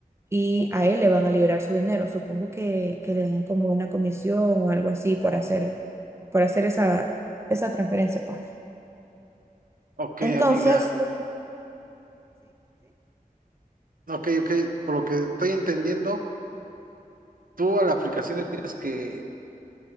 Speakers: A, on the right; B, on the right.
A: y a él le van a liberar su dinero. Supongo que, que le dan como una comisión o algo así por hacer, por hacer esa, esa transferencia, pues.
B: Ok,
A: Entonces,
B: amiga. Ok, ok. Por lo que estoy entendiendo, tú a la aplicación le tienes que.